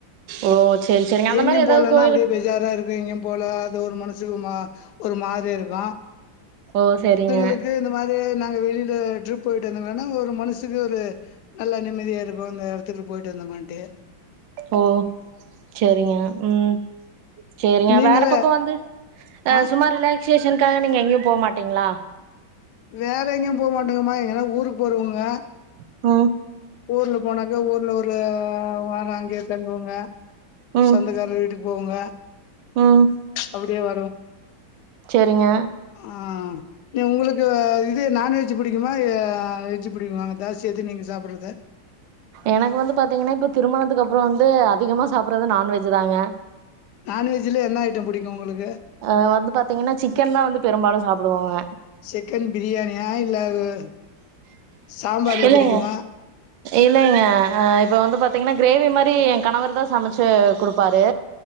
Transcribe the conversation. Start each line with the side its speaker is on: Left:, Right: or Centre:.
Right: ஓ செரி செரிங்க அந்த
Left: எங்க்யு
Right: மாரி ஏதாவது
Left: போலன்னா
Right: கோயிலுக்கு
Left: அப்டே பெஜாரா இருக்கு எங்க்யு போல அது ஒரு மன சு ஒ மா ஒரு மாரியா ருக்கோ
Right: ஓ செரிங்க
Left: க்கு இந்த மாரி கு நாங்க வெளியில ட்ரிப் போய்ட்டு வந்தோன்னா ஒரு மனசுக்கு ஒரு நல்ல நிம்மதியா இருக்கோ அந்த எடத்துக்கு போய்ட்டு வந்தமேன்ட்டு
Right: ஓ செரிங்க ம் செரிங்க
Left: நீங்களே
Right: வேற பக்கோ வந்து அ
Left: ஆ
Right: சும்மா ரிலாக் ஸேஷனுக்காக நீங்க எங்யு போ மாட்டீங்ளா
Left: வேற எங்யு போக மாட்டேங்கமா எங்கன்னா ஊருக் போறவுங்க
Right: ம்
Left: ஊர்ல போனாக்க ஊர்ல ஒரு வாரோ அங்க்யே தங்குவுங்க
Right: ம்
Left: சொந்தக்கார வீட்டுக்கு போவோங்க
Right: ம்
Left: அப்டியே வ
Right: செரிங்க
Left: <unintelligible> அ நீ உங்குளுக்கு இ ங்கு நான்வெஜ்ஜு புடிகுமா எ வெஜ்ஜு புடிக்குமாங்க தாசிதி எது நீங்க சாப் பட்ருது
Right: எனக்கு வந்து பாத்தீங்கன்னா இப்ப திருமணத்துக்கு அப்புறோ வந்து அதிகமா சாப்றது நான்வெஜ்ஜு தாங்க
Left: நான்வெஜ்ல என்ன ஐட்டம் பிடிக்கும் உங்களுக்கு
Right: அ வந்து பாத்தீங்கன்னா சிக்கன் தா வந்து பெரும்பாலு சாப் டுவோங்க
Left: சிக்கன் <unintelligible>
Right: இல்லைங்க
Left: பிடிக்குமா
Right: இல்லைங்க அ இப்ப வந்து பாத்தீங்கன்னா கிரேவி மா ரி என் கணவர் தா சமச்சு குடுப்பாரு